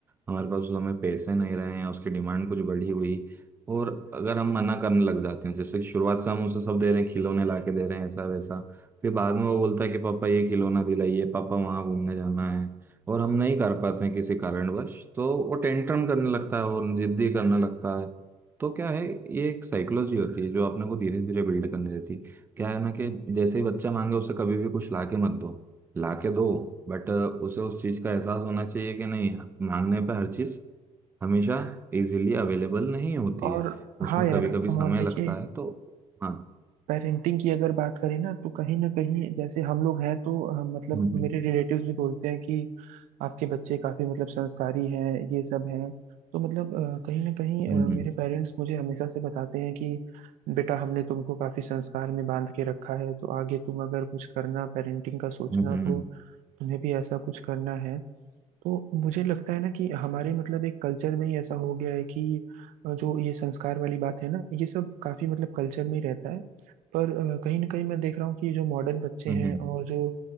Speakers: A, on the right; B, on the right.
A: हमारे पास उस समय पैसे नहीं रहे या उसकी डिमांड कुछ बढ़ी हुई और अगर हम मना करने लग जाते हैं जैसे कि शुरुआत से हम उसे सब दे रहे हैं खिलौने ला के दे रहे हैं ऐसा वैसा फिर बाद में वो बोलता है कि पापा ये खिलौना दिलाइए पापा वहाँ घूमने जाना है और हम नहीं कर पाते हैं किसी कारणवश तो वो टेंट्रम करने लगता है और जिद्दी करने लगता है तो क्या है ये एक साइकोलॉजी होती है जो अपने को धीरे धीरे बिल्ड करने देती है क्या है ना कि जैसे ही बच्चा मांगे उसे कभी भी कुछ लाके मत दो लाके दो बट उसे उस चीज़ का एहसास होना चाहिए कि नहीं मांगने पे हर चीज़ हमेशा इजीली अवेलेबल नहीं होती
B: और
A: है उसमें
B: हाँ यार
A: कभी कभी
B: और
A: समय
B: देखिए
A: लगता है तो हाँ
B: पेरेंटिंग की अगर बात करें ना तो कहीं ना कहीं जैसे हम लोग हैं तो अ, मतलब
A: हम्म
B: मेरे रिलेटिव्स भी बोलते हैं कि आपके बच्चे काफी मतलब संस्कारी हैं ये सब हैं तो मतलब अ, कहीं ना कहीं
A: हम्म
B: अ,
A: हम्म
B: मेरे पेरेंट्स मुझे हमेशा से बताते हैं कि बेटा हमने तुमको काफी संस्कार में बांध के रखा है तो आगे तुम अगर कुछ करना पेरेंटिंग का सोचना
A: हम्म हम्म
B: तो तुम्हें भी ऐसा कुछ करना है तो मुझे लगता है ना कि हमारे मतलब एक कल्चर में ही ऐसा हो गया है कि अ, जो ये संस्कार वाली बात है ना ये सब काफी मतलब कल्चर में ही रहता है पर अ, कहीं ना कहीं मैं देख रहा हूँ कि जो मॉडर्न बच्चे
A: हम्म
B: हैं
A: हम्म
B: और जो